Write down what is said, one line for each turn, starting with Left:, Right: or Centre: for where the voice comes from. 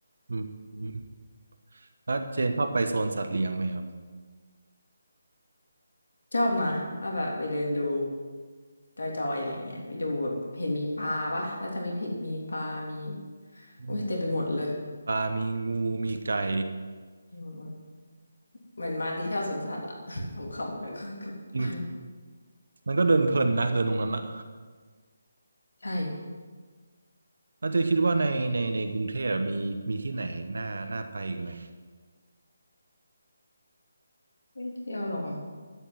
Right: อืมอืมแล้วเจนชอบไปโซนสัตว์เลี้ยงไหมครับ
Left: ชอบนะว่าแบบไปเดินดูจอยๆอะไรเงี้ยไปดูแบบเห็นมีปลาปะถ้าจะไม่ผิดมีปลา มี
Right: อืม
Left: อุ้ยเต็มไปหมดเลย
Right: ปลามีงูมีไก่
Left: อืมเหมือนมาที่เที่ยวสวนสัตว์อะ <laughs> ขำๆเลยก็กลับบ้าน
Right: จริง มันก็เดินเพลินนะเดินตรงนั้นอะ
Left: ใช่
Right: แล้วเจะคิดว่าในในในกรุงเทพมีมีที่ไหนน่าน่าไปอีกไหม
Left: ไม่เที่ยวหรอ